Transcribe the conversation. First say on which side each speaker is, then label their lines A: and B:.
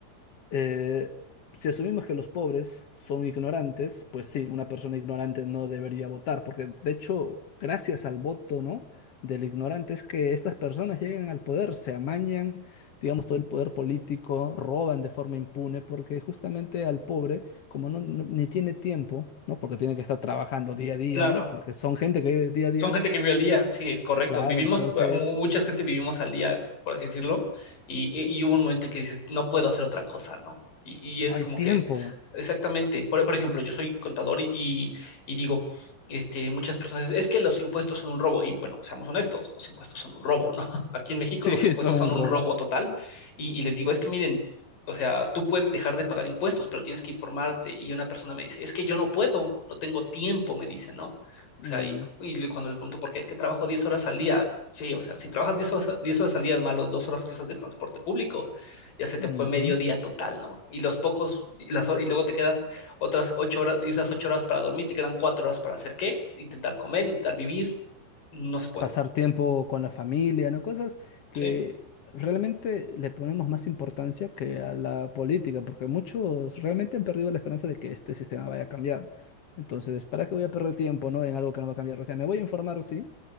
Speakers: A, on the left (about 70°); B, on the left (about 55°).
A: Eh, si asumimos que los pobres son ignorantes, pues sí, una persona ignorante no debería votar, porque de hecho, gracias al voto, ¿no? del ignorante es que estas personas llegan al poder, se amañan, digamos, todo el poder político, roban de forma impune, porque justamente al pobre, como no, no- ni tiene tiempo, ¿no? Porque tiene que estar trabajando día a día,
B: claro.
A: ¿no? Porque son gente que vive día a día,
B: Son gente que vive al día, sí, es correcto.
A: claro,
B: Vivimos,
A: entonces
B: mu- mucha gente vivimos al día, por así decirlo, y, y- y hubo un momento en que dices, no puedo hacer otra cosa, ¿no? Y,
A: no
B: y es
A: hay
B: como
A: tiempo.
B: que,
A: <laughs>
B: exactamente, por, por ejemplo, yo soy contador y, y, y digo, este, muchas personas, es que los impuestos son un robo, y bueno, seamos honestos, los impuestos son un robo, ¿no? <laughs> Aquí en México
A: Sí,
B: los impuestos
A: son un
B: son un
A: robo.
B: robo total, y, y les digo, es que miren, o sea, tú puedes dejar de pagar impuestos, pero tienes que informarte, y una persona me dice, es que yo no puedo, no tengo tiempo, me dice, ¿no? O
A: Mm,
B: sea, y, y cuando le pregunto por qué, es que trabajo 10 horas al día. Sí, o sea, si trabajas 10 horas, 10 horas al día, más los dos horas que usas de transporte público, ya se te
A: ujú.
B: fue medio día total, ¿no? Y los pocos, y, las, hor- y luego te quedas otras 8 horas, y esas 8 horas para dormir, te quedan 4 horas para hacer qué? Intentar comer, intentar vivir, no se puede,
A: pasar tiempo con la familia, ¿no? Cosas que
B: ¿sí?
A: realmente le ponemos más importancia que a la política, porque muchos realmente han perdido la esperanza de que este sistema vaya a cambiar. Entonces, ¿para qué voy a perder tiempo, ¿no? en algo que no va a cambiar? O sea, me voy a informar, sí,